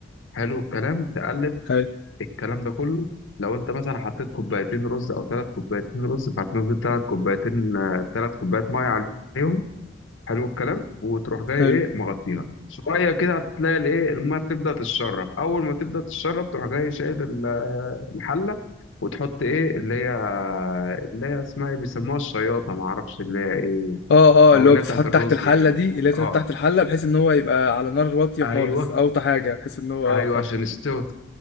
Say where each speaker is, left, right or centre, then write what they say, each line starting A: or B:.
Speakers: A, on the left (about 80°); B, on the left (about 60°).
A: حلو الكلام تقلب
B: حلو
A: الكلام ده كله لو انت مثلا حطيت كوبايتين رز او ثلاث كوبايتين رز فهتنزل ثلاث كوبايتين ثلاث كوبايات ميه عليهم حلو الكلام وتروح جاي
B: حلو
A: ايه مغطيها شويه كده هتلاقي الايه الميه بتبدا تتشرب اول ما تبدا تتشرب تروح جاي شايل ال- الحله وتحط ايه اللي هي اللي هي اسمها ايه بيسموها الشياطه ما اعرفش اللي هي ايه
B: اه اه
A: او
B: اللي
A: اللي
B: هو بتتحط
A: هي بتاعت الرز
B: تحت الحله
A: يعني
B: دي اللي هي بتتحط
A: اه
B: تحت الحله بحيث ان هو يبقى على نار واطيه
A: ايوه
B: خالص اوطى حاجه بحيث ان هو
A: ايوه
B: اه فاهم
A: عشان يستوي